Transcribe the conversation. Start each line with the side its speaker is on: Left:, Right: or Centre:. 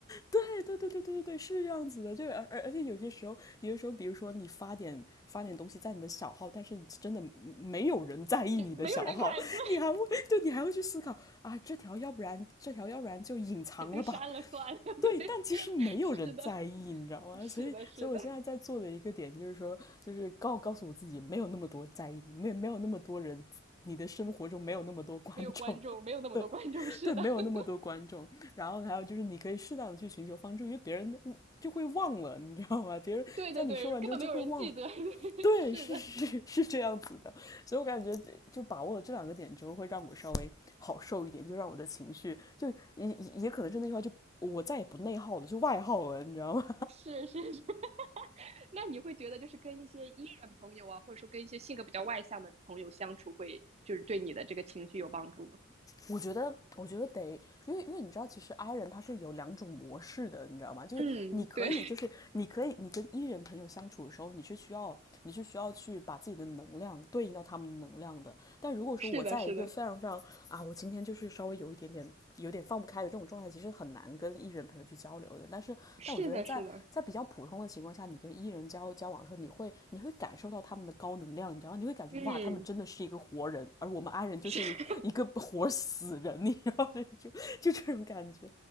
Left: 对对对对对对对，是这样子的，就而而而且有些时候，有些时候，比如说你发点发点东西在你的小号，但是真的没有人在意你的小号，
Right: <laughs> 没有人看，对，
Left: 你还会对你还会去思考啊，这条要不然这条要不然就隐藏了吧，
Right: 也就删了算了，
Left: 对，
Right: 对，
Left: 但其实没有人在意，
Right: <laughs> 是的，
Left: 你知道吗？
Right: 是的，
Left: 所以所以我现在在做的一个点就是说，
Right: 是的，
Left: 就是告告诉我自己，没有那么多在意你，没有没有那么多人。你的生活中没有那么多观众，
Right: 没有观众，没有那么多观众，
Left: <laughs> 对，
Right: 是的，
Left: 对，没有那么多观众。
Right: <laughs>
Left: 然后还有就是，你可以适当的去寻求帮助，因为别人就会忘了，你知道吗？别人在你说完之后就会忘了。
Right: 对对对，根本没有人记得，<laughs>
Left: 对，
Right: 是的。
Left: 是是是这样子的。所以我感觉就把握了这两个点之后，会让我稍微好受一点，就让我的情绪就也也也可能是那句话，就我再也不内耗了，就外耗了，你知道吗？
Right: 是是是，<laughs> 那你会觉得就是跟一些 E 人朋友啊，或者说跟一些性格比较外向的朋友相处会，就是对你的这个情绪有帮助吗？
Left: 我觉得，我觉得得，因为因为你知道，其实 I 人他是有两种模式的，你知道吗？就是你可以，
Right: <laughs> 嗯，对，
Left: 就是你可以，你跟 E 人朋友相处的时候，你是需要，你是需要去把自己的能量对应到他们的能量的。但如果说我在一个非常非常啊，
Right: <laughs> 是的，是的，
Left: 我今天就是稍微有一点点有点放不开的这种状态，其实很难跟艺人朋友去交流的。但是，
Right: 是的，
Left: 但我觉得在在比较普通的情况下，
Right: 是的，
Left: 你跟艺人交交往的时候，你会你会感受到他们的高能量，你知道吗你会感觉哇，
Right: 嗯，
Left: 他们真的是一个活人，而我们 i 人就是一个活死人，
Right: 是，
Left: 你知道吗？<laughs> 就就这种感觉。